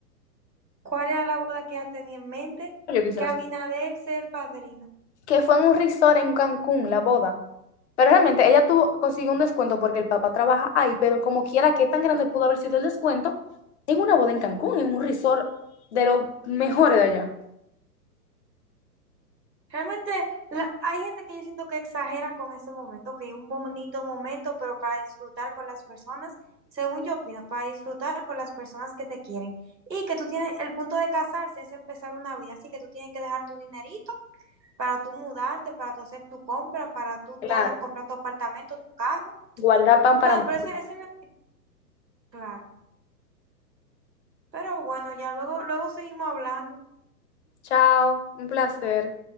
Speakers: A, on the right; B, on the left.
A: ¿cuál era la boda que ella tenía en mente?
B: yo quisiera
A: Que Abinader sea el padrino.
B: que fue en un resort en Cancún, la boda. Pero realmente ella tuvo, consiguió un descuento porque el papá trabaja ahí, pero como quiera, ¿qué tan grande pudo haber sido el descuento? En una boda en Cancún, en un resort de los mejores de allá.
A: Realmente la- hay gente que yo siento que exagera con ese momento, que un bonito momento, pero para disfrutar con las personas, según yo opino, para disfrutar con las personas que te quieren. Y que tú tienes, el punto de casarse es empezar una vida, así que tú tienes que dejar tu dinerito para tú mudarte, para tú hacer tu compra, para tú todo,
B: Claro,
A: comprar tu apartamento, tu carro.
B: guarda pan
A: Bueno,
B: para... mañana.
A: pero ese, ese me... Claro, pero bueno, ya luego, luego seguimos hablando.
B: Chao, un placer.